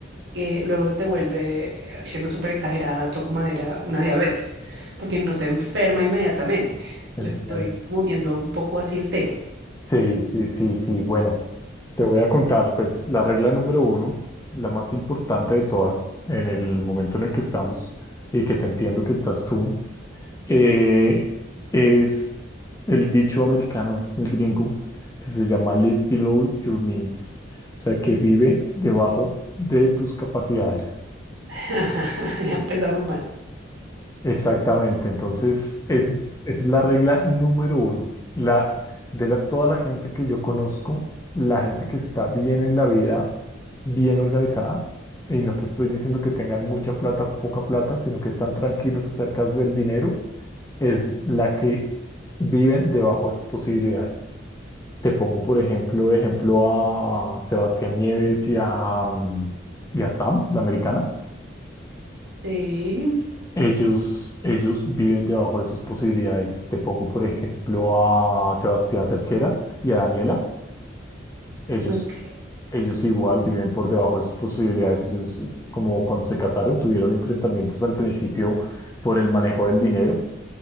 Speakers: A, on the right; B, on the left.
A: eh, luego se te vuelve, eh, siendo súper exagerada, toco madera, una diabetes, porque no te enferma inmediatamente.
B: Entiendo.
A: Le estoy como viendo un poco así el tema.
B: Sí, sí, sí, sí. Bueno, te voy a contar, pues la regla número uno, la más importante de todas en el momento en el que estamos y que te entiendo que estás tú, eh, es el dicho americano, es muy gringo, que se llama Live Below Your Means, o sea, que vive debajo de tus capacidades.
A: <laughs> Ya empezamos mal.
B: Exactamente, entonces es, esa es la regla número uno. La, de la, toda la gente que yo conozco, la gente que está bien en la vida, bien organizada, y no te estoy diciendo que tengan mucha plata o poca plata, sino que están tranquilos acerca del dinero, es la que viven debajo de sus posibilidades. Te pongo, por ejemplo, ejemplo a Sebastián Nieves y a, mm, y a Sam, la americana.
A: Sí,
B: Ellos, ellos viven debajo de sus posibilidades. Te pongo, por ejemplo, a Sebastián Cerquera y a Daniela. Ellos,
A: ok.
B: ellos igual viven por debajo de sus posibilidades. Eso es como cuando se casaron, tuvieron enfrentamientos al principio por el manejo del dinero,